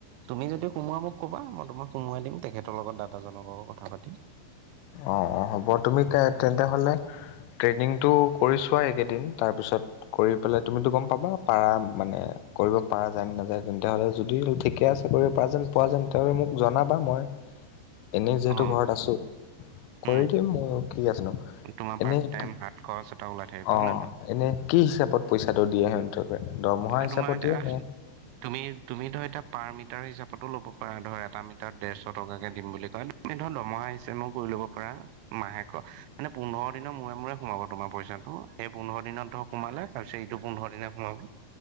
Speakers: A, on the right; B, on the left.
A: তুমি যদি সোমোৱা মোক কবা মই তোমাক সোমোৱাই দিম তেখেতৰ লগত দাদাজনৰ লগত কথা পাতি দিম
B: অ অ হ'ব তুমি তে তেন্তে হ'লে। ট্ৰেইনিংটো কৰি চোৱা এইকেইদিন তাৰ পিছত কৰি পেলাই তুমিটো গম পাবা। পাৰা মানে কৰিব পৰা যায় নে নাযায় তেন্ত হ'লে যদি ঠিকে আছে কৰিব পৰা যেন- পোৱা যেন তেওঁ মোক জনাবা মই এনেই যিহেতু
A: অ
B: ঘৰত আছো। কৰি
A: উম
B: দিম মই কি আছে নো
A: তোমাৰ পাৰ্ট
B: এনেই
A: টাইম
B: কি
A: হাত খৰচ এটা ওলাই থাকিব
B: অ।
A: হয় নে নহয়
B: এনেই কি হিচাপত পইচাটো দিয়ে সিহঁতে দৰমহা
A: আৰু
B: হিচাপত
A: তোমাৰ এতিয়া
B: দিয়ে নে?
A: তুমি তুমি ধৰা এতিয়া পাৰ মিটাৰ হিচাপতো ল'ব পাৰা ধৰ এটা মিটাৰ ডেৰশ টকাকে দিম বুলি কয়। ধৰ দৰমহা চিষ্টেম কৰি ল'ব পাৰা। মাহেক, মানে পোন্ধৰ দিনৰ মূৰে মূৰে সোমাব তোমাৰ পইচাটো এই পোন্ধৰ- দিনত ধৰক সোমালে তাৰ পিছত এইটো পোন্ধৰ দিনে সোমাব।